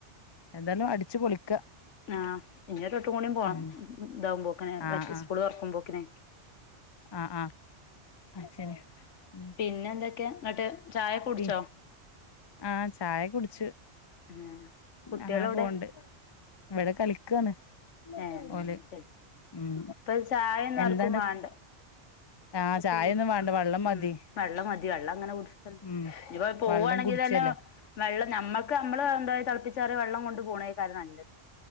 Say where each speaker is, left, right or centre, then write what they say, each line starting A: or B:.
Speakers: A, on the left; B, on the left.
A: എന്താലും അടിച്ചു പൊളിക്ക
B: ആഹ് ഇനി ഒരുവട്ടംകൂടി പോണം
A: ഉം
B: ഇതാവുമ്പോക്കിന്
A: ആഹ്
B: വെ
A: ആഹ്
B: സ്കൂള് തൊറക്കും പോക്കനെ
A: ആഹ് ആഹ് അത് ശരി ഉം
B: പിന്നെ എന്തൊക്കെയാന്നിട്ട് ചായ കുടിച്ചോ
A: പിന്നെ ആഹ് ചായ കുടിച്ചു
B: ഏഹ് കുട്ടികളെവിടെ
A: അങ്ങനെ പോണ് ണ്ട് ഇവിടെ കളിക്കാണ്
B: ഏഹ്
A: ഓല്
B: ശരി
A: ഉം
B: ഇപ്പൊ ചായൊന്നും
A: എന്താണ്ട്
B: ആർക്കും വാണ്ട
A: ആഹ്
B: പ്പ
A: ചായൊന്നും
B: ചൂട്
A: വേണ്ട വെള്ളം
B: ആഹ്
A: മതി
B: വെള്ളം മതി വെള്ളം അങ്ങനെ കുടിച്ച്
A: ഉം
B: ഇനീപ്പോ പോകുകവാണെങ്കി
A: വെള്ളം കുടിച്ചല്ലേ
B: തന്നെ വെള്ളം നമ്മക്ക് നമ്മള് എ തിളപ്പിച്ചറിയ വെള്ളം കൊണ്ട് പോണേകാരം നല്ലത്